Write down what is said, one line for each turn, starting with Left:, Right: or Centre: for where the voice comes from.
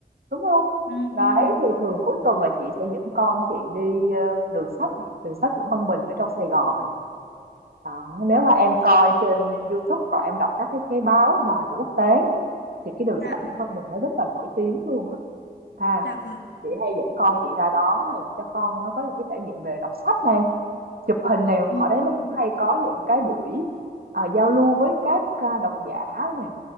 Right: đúng không?
Left: ừm,
Right: Đấy, thì thường cuối tuần là chị sẽ dẫn con chị đi ờ, đường sách, này, đường sách Nguyễn Văn Bình ở trong Sài Gòn này. Đó, nếu mà em coi trên YouTube hoặc em đọc các cái cái báo đài mà quốc tế thì cái đường
Left: dạ,
Right: sách Nguyễn Văn Bình nó rất là nổi tiếng luôn á. Ha
Left: dạ vâng.
Right: chị hay dẫn con chị ra đó này cho con nó có những cái trải nghiệm về đọc sách này chụp hình này
Left: Ừm,
Right: ở đấy nó cũng hay có những cái buổi à, giao lưu với các à, độc giả này